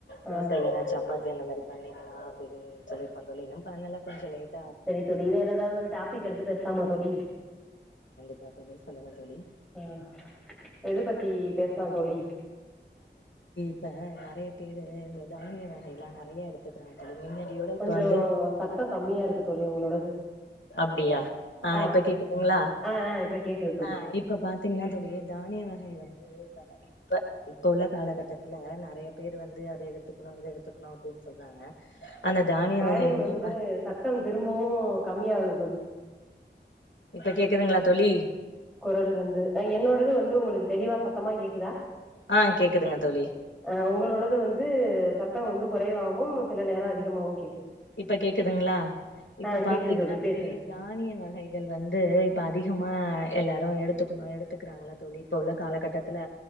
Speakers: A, in the centre; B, on the left (about 85°).
A: ஆ
B: தோச இல்லைன்னா சப்பாத்தி அந்த மாரி பண்ணி பண்ணிக்கலா அப்படினு சொல்லிருக்க தோழி இன்னும் பண்ணலா கொஞ்ச லேட்
A: சரி தோழி வேற ஏதாவது ஒரு டாபிக் எடுத்து பேசலாமா தோழி.
B: ஆ தோழி சொல்லுங்க தோழி
A: ஆஹ் எது பத்தி பேசலாம் தோழி.
B: ப்ப நறைய பேரு இந்த தானிய வகையல்லாம் நறைய எடுத்துக்கிறாங்க மின்னாடியோட இப்ப
A: கொஞ்ச
B: வந்து
A: சத்தம் கம்மியா இருக்கு தோழி உங்களோடது.
B: அப்படியா ஆஹ்
A: ஆ
B: இப்ப கேக்குதுங்களா
A: ஆ ஆ இப்ப கேக்குது தோழி
B: ஆஹ் இப்ப பாத்தீங்கன்னா தோழி தானியவகை வந்து இப்ப இப்ப உள்ள காலகட்டத்துல நறைய பேர் வந்து அத எடுத்துக்கணு இத எடுத்துக்கணு அப்படின்னு சொல்றாங்க அந்த தானிய
A: வால்யூம்
B: வகையுமே
A: வந்து
B: இப்ப
A: சத்தம் திரும்பவு கம்மியாகுது தோழி <unintelligible>
B: இப்ப கேக்குதுங்களா தோழி.
A: குரல் வந்து என்னோடது வந்து உங்களுக்கு தெளிவா சத்தமா கேக்குதா
B: ஆ கேக்குதுங்க தோழி
A: அஹ் உங்களோடது வந்து சத் த்தம் வந்து குறைவாகவு சில நேர அதிகமாவும் கேக்குது
B: இப்ப கேக்குதுங்களா இப்ப
A: ஆ
B: பாத்தீங்ன்னா
A: கேக்குது
B: தோழி
A: பேசுங்க
B: தானிய வகைகள் வந்து இப்ப அதிகம் மா எல்லாரு எடுத்துக்குணு எடுத்துக்கிறாங்கள்ள தோழி இப்ப உள்ள காலக்கட்டத்துல